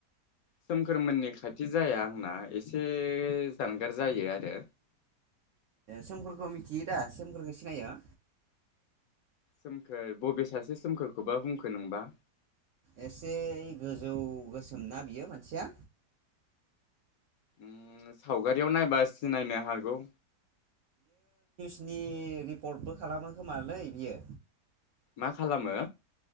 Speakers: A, on the left (about 70°); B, on the right (about 70°).
A: सोमखोरमोननि खाथि जाया आंना एसे जानगार जायो आरो।
B: सोमखोरखौ मिथियो दा सोमखोरखौ सिनायो?
A: सोमखोर बबे सासे सोमखोरखौबा बुंखो नोंबा?
B: एसे गोजौ गोसोम ना बियो मानसिया।
A: उम सावगारियाव नायबा सिनायनो हागौ।
B: नि रिपर्टबो खालामो खोमालै बियो।
A: मा खालामो?